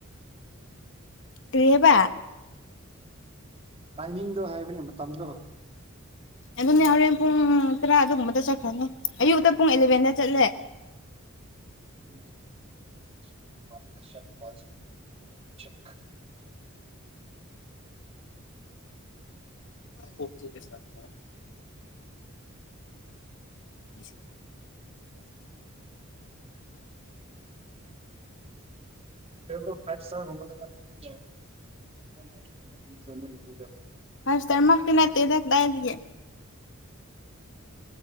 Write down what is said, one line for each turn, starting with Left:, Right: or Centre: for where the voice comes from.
Left: ꯀꫪꯤ ꯍꯥꯏꯕ
Right: ꯇꯥꯏꯃꯤꯡꯗꯣ ꯍꯥꯏꯕꯅꯤ ꯃꯇꯝꯗꯣ
Left: ꯑꯗꯨꯅꯦ ꯍꯣꯔꯦꯟ ꯄꯨꯡ ꯇꯔꯥ ꯑꯗꯨꯒꯨꯝꯕꯗ ꯆꯠꯈ꯭ꯔꯅꯤ ꯑꯌꯨꯛꯇ ꯄꯨꯡ ꯑꯦꯂꯚꯦꯟꯗ ꯆꯠꯂꯦ
Right: <inaudible>
Left: <unintelligible> <unintelligible>
Right: ꯍꫭꯇꯦꯜꯗꫭ ꯉꯥꯏꯟ ꯁꯇꯥꫪꯒꯨꯝ <unintelligible>
Left: ꯐꯥꯏꯞ ꯁꯇꯔ ꯃꯛꯇꯤ ꯅꯠꯇꯦꯗ ꯀꯗꯥꯏꯗꯒꯤ